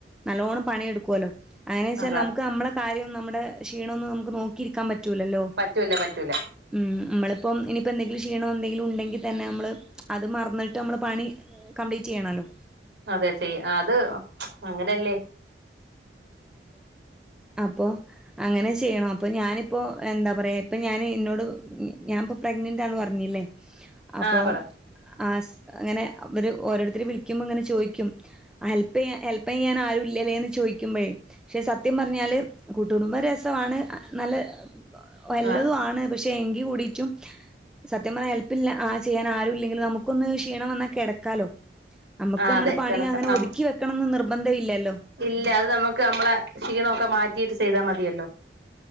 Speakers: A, in the centre; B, on the right (about 75°).
A: നല്ലോണം പണിയെടുക്കുവല്ലോ അങ്ങനെ വെച്ചാ
B: അതാ
A: നമുക്ക് നമ്മളെ കാര്യം നമ്മുടെ ക്ഷീണം ഒന്നും നമുക്ക് നോക്കിയിരിക്കാൻ പറ്റൂലല്ലോ
B: പറ്റൂല പറ്റൂല
A: ഉം നമ്മളിപ്പം ഇനിയിപ്പോ എന്തെങ്കിലും ക്ഷീണം എന്തെങ്കിലും ഉണ്ടെങ്കി തന്നെ നമ്മള് അത് മറന്നിട്ട് മ്മള് പണി കംപ്ലീറ്റെയ്യണല്ലോ?
B: അതെ ചെയ്യും അത് അങ്ങനല്ലേ
A: അപ്പോ അങ്ങനെ ചെയ്യണം അപ്പോ ഞാനിപ്പോ എന്താ പറയാ ഇപ്പൊ ഞാന് ഇന്നൊട് ഞാൻപ്പോ പ്രഗ്നന്റാന്ന് പറഞ്ഞില്ലേ അപ്പൊ
B: ആഹ് പറ
A: ആശ് അങ്ങനെ അവര് ഓരോരുത്തര് വിളിക്കുമ്പോ ങ്ങനെ ചോദിക്കും. ഹെല്പെയ്യാ ഹെല്പെയ്യാൻ ആരൂല്ലേലേന്ന് ചോയ്ക്കുമ്പോഴേ പക്ഷെ സത്യം പറഞ്ഞാല് കൂട്ടുകുടുംബം രസവാണ് നല്ല <unintelligible> വല്ലതും
B: ആഹ്
A: ആണ് പക്ഷെ എങ്കി കൂടിട്ടും സത്യം പറഞ്ഞാ ഹെൽപ്പില്ല ആ ചെയ്യാൻ ആരും ഇല്ലെങ്കി നമു ക്കൊന്ന് ക്ഷീണം വന്നാ കെടക്കാലോ നമുക്ക്
B: ആഹ്
A: അമ്മുടെ
B: അതെ
A: പണി
B: കിടക്കാം
A: അങ്ങനെ ഒതുക്കി വെക്കണംന്ന് നിർബന്ധം ഇല്ലല്ലോ?
B: ഇല്ല അത് നമുക്ക് നമ്മളെ ക്ഷീണംക്കെ മാറ്റീട്ട് ചെയ്താ മതിയല്ലോ?